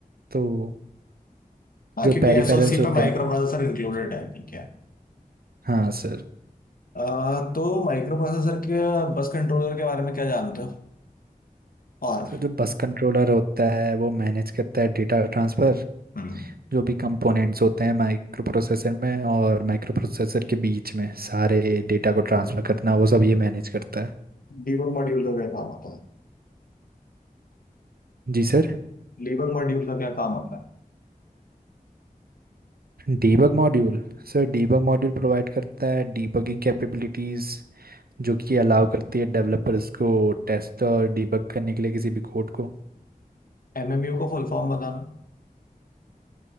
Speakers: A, on the right (about 85°); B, on the left (about 70°).
A: तो
B: हाँ
A: जो
B: क्योंकि
A: पेरिफेरल्स
B: एसओसी
A: होते
B: पे माइक्रो
A: हैं ना
B: प्रोसेसर इंक्लूडेड है ठीक है
A: हाँ सर
B: अ, तो माइक्रो प्रोसेसर के बस कंट्रोलर के बारे में क्या जानते हो और
A: सर जो बस कंट्रोलर होता है वो मैनेज करता है डेटा ट्रांसफ़र
B: हम्म
A: जो भी कंपोनेंट्स होते हैं माइक्रो प्रोसेसर में और माइक्रो प्रोसेसर के बीच में सारे डेटा को ट्रांसफ़र करना वो सब ये मैनेज करता है
B: डीबग मॉड्यूल का क्या काम होता है
A: जी sir
B: डीबग मॉड्यूल का क्या काम होता है
A: Debug module Sir debug module provide करता है डीबगिंग कैपेबिलिटीज़ जो कि अलाउ करती है डेवलपर्स को टेस्ट और डीबग करने के लिए किसी भी कोड को
B: एमएमयू को फुल फॉर्म बताना है।